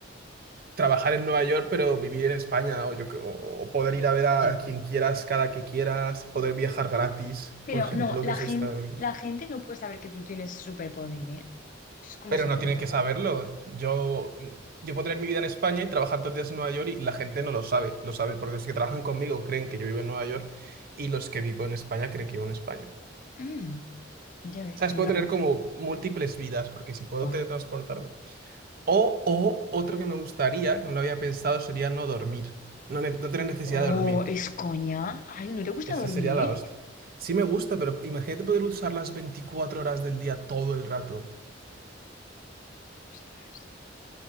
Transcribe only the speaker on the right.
trabajar en Nueva York, pero vivir en España, o, yo, que- o, o poder ir a ver a,
a quien quieras cada que quieras, poder viajar gratis,
por ejemplo,
que eso
está... bien.
Pero
no tienen que saberlo. Yo, yo puedo tener mi vida en España y trabajar todos los días en Nueva York y la gente no lo sabe. Lo saben porque los que trabajan conmigo creen que yo vivo en Nueva York y los que vivo en España creen que vivo en España.
¿Sabes?
Puedo
tener como múltiples vidas porque si puedo
teletransportarme. O, o otro que me gustaría, que no lo había pensado, sería no dormir. No, ne- no tener necesidad
de dormir.
Ese
sería la hostia. Sí me gusta, pero imagínate poder usar las 24 horas del día todo el rato.